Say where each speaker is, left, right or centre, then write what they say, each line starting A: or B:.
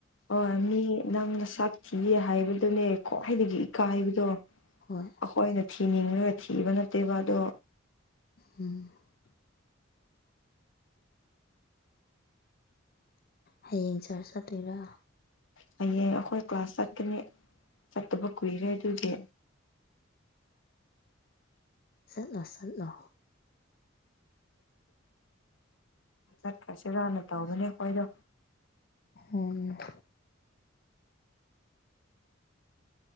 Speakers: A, on the left (about 70°); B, on the left (about 50°).
A: ꯑꯣ ꯃꯤ ꯅꯪꯅ ꯁꯛꯊꯤꯌꯦ ꯍꯥꯏꯕꯗꯨꯅꯦꯀꯣ ꯍꯥꯏꯗꯒꯤ ꯏꯀꯥꯏꯕꯗꯣ ꯑꯩꯈꯣꯏꯅ
B: ꯍꯣꯏ
A: ꯊꯤꯅꯤꯡꯉꯒ ꯊꯤꯕ ꯅꯠꯇꯦꯕ ꯑꯗꯣ
B: ꯎꯝ <inaudible> <unintelligible> ꯍꯌꯦꯡ ꯆꯥꯔꯁ ꯆꯠꯇꯣꯏꯔꯥ
A: ꯍꯌꯦꯡ ꯑꯩꯈꯣꯏ ꯀ꯭ꯂꯥꯁ ꯆꯠꯀꯅꯤ ꯆꯠꯇꯕ ꯀꯨꯏꯔꯦ ꯑꯗꯨꯗꯤ
B: ꯎꯝ ꯆꯠꯂꯣ ꯆꯠꯂꯣ
A: ꯆꯠꯈꯁꯤ ꯍꯥꯟꯅ ꯇꯧꯕꯧꯕꯅꯦ ꯑꯩꯈꯣꯏꯗꯣ
B: ꯑꯣꯝ <inaudible>